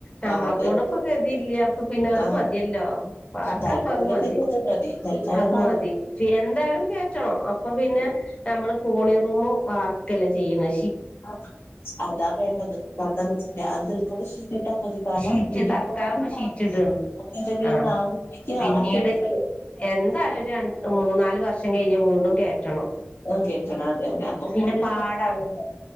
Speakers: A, on the left (about 25°); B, on the left (about 55°).
A: നമ്മളെ
B: ആ അതെ
A: കൊണ്ടിപ്പൊ ഗതി ഇല്ല. അപ്പ പിന്നെ അത്
B: ആ
A: മതിയല്ലോ പാർക്കാപ്പം
B: തൽക്കാലത്തേക്ക്
A: അത് മതി
B: അത് മതി തൽക്കാലം
A: അത് മതി എന്തായാലും കേറ്റണം അപ്പൊ പിന്നെ നമ്മള് കോണീ റൂമ് വാർക്കല്ലെ ചെയ്യ് ണെ
B: ആ അതാ വേണ്ടത് പണ്ടം വെച്ചിണ്ട് അത് തൽക്കാലം ഷീറ്റ് ട്ടാ മതി കാരണം
A: ഷീറ്റ്
B: ഇനി
A: തൽക്കാലം
B: മോൻ കൂടാവട്ടെ.
A: ഇപ്പ ഷീറ്റ് ഇടാണ്
B: മോനെന്തെങ്കിലും
A: ആഹ്
B: ഒന്ന് ആവ്മ്പത്തേക്ക്
A: പിന്നീട്
B: അവൻ കേറ്റിത്തരും
A: എന്തായാലും ഒരു രൺ മൂന്നാല് വർഷം കഴിഞ്ഞ് വീണ്ടും കേറ്റണം
B: ആ കേറ്റണം അതെന്നെ അപ്പൊ
A: പിന്നെ
B: മോനൊരു
A: പാടാണ്
B: പരിവാവല്ലോ